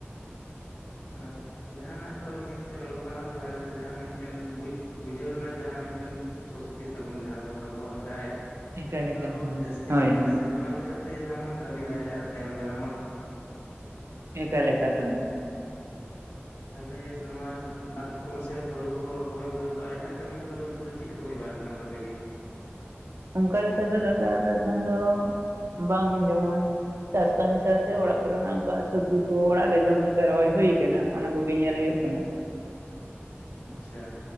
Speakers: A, on the left; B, on the right.
A: ᱟᱨ, ᱡᱟᱦᱟᱸᱱᱟᱜ ᱠᱚᱨᱮ ᱜᱮᱥᱮ, ᱚᱞᱚᱜ ᱯᱟᱲᱦᱟᱣ ᱥᱮᱨᱟ ᱠᱟᱛᱮᱫ, ᱡᱟᱦᱟᱸ ᱢᱤᱫᱴᱮᱱ ᱵᱩᱡᱽ ᱵᱩᱡᱷᱟᱹᱣ ᱨᱮᱱᱟᱜ, ᱡᱟᱦᱟᱸ ᱢᱤᱫᱴᱮᱱ ᱥᱚᱠᱛᱤ ᱛᱟᱵᱚᱱ ᱡᱟᱦᱟᱸ ᱫᱚ, ᱟᱵᱚᱣᱟᱜ ᱫᱟᱲᱮ ᱾
B: ᱮᱠᱟᱞ ᱮᱠᱟᱞ
A: ᱚᱱᱟ ᱦᱚᱸ
B: ᱦᱳᱭ
A: ᱡᱟᱹᱥᱛᱤ
B: ᱦᱳᱭ
A: ᱤᱫᱤ,
B: ᱦᱳᱭ
A: ᱟ ᱥᱮ, ᱚᱱᱟ ᱞᱮᱠᱟ ᱛᱮ, ᱟᱢ ᱦᱚᱢ ᱠᱟᱹᱢᱤ ᱫᱟᱨᱮᱜᱼᱟ, ᱛᱟᱭᱚᱢ ᱫᱟᱨᱟᱢ ᱵᱟᱝ
B: ᱮᱠᱟᱞ ᱮᱠᱟᱞ, ᱦᱚᱭ ᱾
A: ᱛᱟᱦᱚᱞᱮ, ᱱᱚᱣᱟ ᱫᱟᱜ ᱠᱚᱢ ᱥᱮ, ᱦᱳᱲᱩ ᱠᱚ, ᱨᱚᱦᱚᱭ ᱵᱚᱫᱚᱞ ᱫᱚ, ᱟᱨ ᱮᱴᱟᱜ ᱠᱟᱹᱢᱤ ᱠᱚᱫᱚ, ᱱᱤᱛᱚᱜ ᱫᱚ ᱪᱮᱫ ᱠᱚ, ᱦᱩᱭ ᱵᱟᱲᱟᱜ ᱠᱟᱱ ᱛᱟᱯᱮ ᱜᱮ ᱾
B: ᱚᱱᱠᱟ, ᱞᱮᱠᱟ ᱛᱮ ᱫᱟᱫᱟ, ᱮᱠᱷᱚᱱ ᱫᱚ, ᱵᱟᱝ ᱡᱮᱢᱚᱱ ᱪᱟᱥ ᱠᱟᱹᱢᱤ ᱥᱟᱶᱛᱮ, ᱚᱲᱟᱜ ᱠᱚᱨᱮᱱᱟᱜ, ᱚᱱᱠᱟ ᱥᱚᱵᱽᱡᱤ ᱠᱚ, ᱚᱲᱟᱜ ᱨᱮ ᱡᱚᱢ ᱞᱮᱠᱟ, ᱨᱚᱦᱚᱭ ᱦᱩᱭ ᱟᱠᱟᱱᱟ ᱾ ᱚᱱᱟ ᱠᱚᱜᱮ, ᱧᱮᱞ ᱦᱩᱭᱩᱜ ᱠᱟᱱᱟ ᱾
A: ᱟᱪᱪᱷᱟ